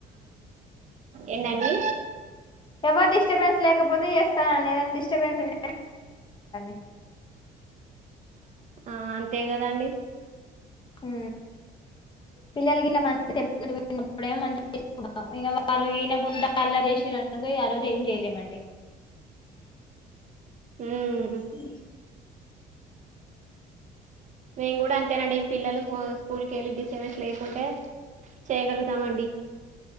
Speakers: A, on the right; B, on the left.
A: ఎందండీ
B: ఎవర్ డిస్టర్బెన్స్ లేకపోతే జేస్తానండి ఏదైనా డిస్టర్బెన్స్ ఉంటే <inaudible>
A: ఆ అంతే గదండి
B: ఊ పిల్లలకి <unintelligible> అప్పుడేమో మంచిగ చూసుకుంటా ఇగ వాళ్ళు ఇనకుండా అల్లరి చేసిర క ఆ రోజు ఏం చేయలేమండి
A: ఉమ్
B: హమ్
A: మేము కూడా అంతేనండి పిల్లలు స్కూల్కి వెళ్ళి డిస్టర్బెన్స్ లేకుంటే చేయగలుగుతామండి